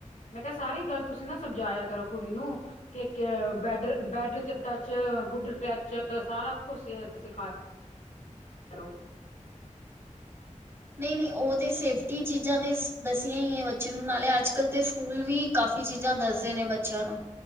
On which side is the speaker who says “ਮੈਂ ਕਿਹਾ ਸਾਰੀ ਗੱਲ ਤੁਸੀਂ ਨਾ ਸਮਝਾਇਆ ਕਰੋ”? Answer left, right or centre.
Left